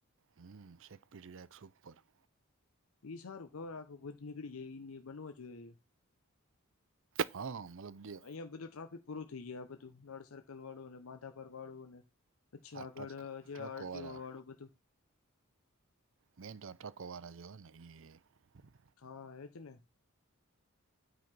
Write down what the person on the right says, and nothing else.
હમ્મ, શેકપીડી ડાયરેકસ ઉપર.
હા મતલબ જે
આ
ટ્રક
ટ્રકોવાળા
મેન તો આ ટ્રકોવાળા જે હોય ને ઈ.